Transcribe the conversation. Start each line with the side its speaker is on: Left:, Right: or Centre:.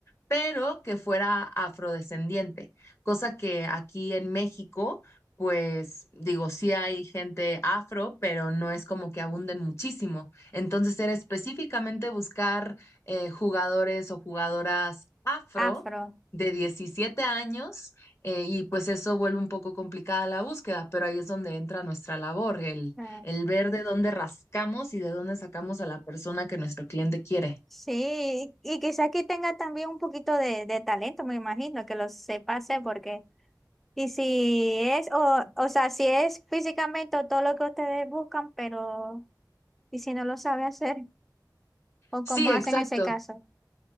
Left: pero que fuera afrodescendiente, cosa que aquí en México, pues digo, sí hay gente afro, pero no es como que abunden muchísimo. Entonces era específicamente buscar eh, jugadores o jugadoras afro
Centre: afro.
Left: de 17 años eh, y pues eso vuelve un poco complicada la búsqueda, pero ahí es donde entra nuestra labor, el,
Centre: ah,
Left: el ver de dónde rascamos y de dónde sacamos a la persona que nuestro cliente quiere.
Centre: Sí, y quizás que tenga también un poquito de, de talento, me imagino, que lo sepa hacer, porque, y si es, o, o sea, si es físicamente todo lo que ustedes buscan, pero, y si no lo sabe hacer, o
Left: Sí,
Centre: cómo hacen
Left: exacto.
Centre: ese caso.